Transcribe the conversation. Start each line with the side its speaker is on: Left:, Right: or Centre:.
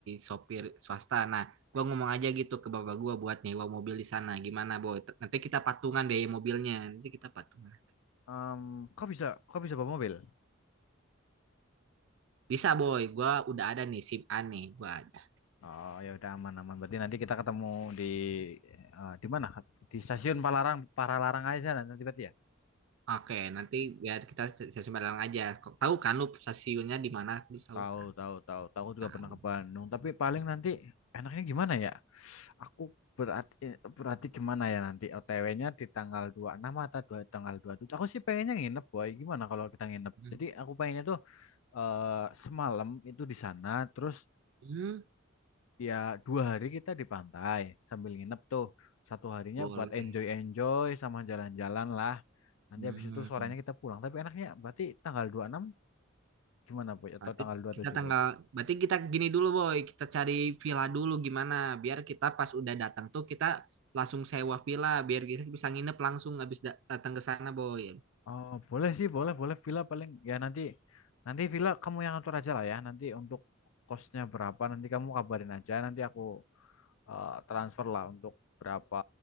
Right: sopir swasta. Nah, gua ngomong aja gitu ke bapak gua buat nyewa mobil di sana. Gimana Boy? T- Nanti kita patungan deh mobilnya. Nanti kita patungan.
Left: Em, kau bisa kau bisa bawa mobil?
Right: Bisa Boy, gua udah ada nih SIM A nih, gua ada.
Left: Oh ya udah aman aman. Berarti nanti kita ketemu di eh, di mana? Di stasiun Palaran Paralarang aja sana nanti berarti ya.
Right: Oke, nanti biar kita stasiun Balang aja. Kok Tahu kan lu stasiunnya di mana? Lu tahu
Left: Tahu,
Right: kan?
Left: tahu, tahu. Tahu aku juga
Right: Tahu.
Left: pernah ke Bandung. Tapi paling nanti enaknya gimana ya? Aku berarti berarti gimana ya nanti OTW-nya di tanggal dua puluh enam atau dua, tanggal dua puluh tujuh Aku sih pengennya nginep, boy. Gimana kalau kita nginep?
Right: Hmm.
Left: Jadi aku pengennya tuh eh, semalam itu di sana, terus
Right: Hmm.
Left: ya dua hari kita di pantai sambil nginep tuh. Satu harinya
Right: Boleh.
Left: buat enjoy-enjoy sama jalan-jalan lah. Nanti
Right: Hmm.
Left: habis itu sorenya kita pulang. Tapi enaknya berarti tanggal dua puluh enam gimana, boy? Atau
Right: Berarti
Left: tanggal dua
Right: kita
Left: puluh tujuh
Right: tanggal,
Left: boy?
Right: berarti kita gini dulu boy, kita cari villa dulu gimana, biar kita pas udah datang tuh kita langsung sewa villa, biar kita bisa nginep langsung habis da- datang ke sana boy.
Left: Oh, boleh sih, boleh, boleh villa paling ya nanti nanti villa kamu yang atur aja lah ya. Nanti untuk kosnya berapa nanti kamu kabarin aja. Nanti aku eh, transfer lah untuk berapa